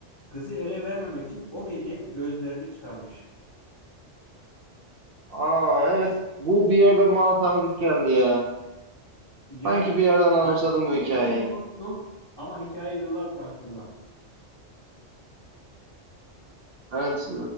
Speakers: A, on the left; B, on the right.
A: kızı ele vermemek için o gece gözlerini çıkarmış.
B: Aa evet. Bu bir yerden bana tanıdık geldi ya.
A: Ya
B: Sanki bir yerden anımsadım
A: hangi
B: bu hikayeyi.
A: ismini unuttum ama hikaye yıllardır aklımda.
B: Evet,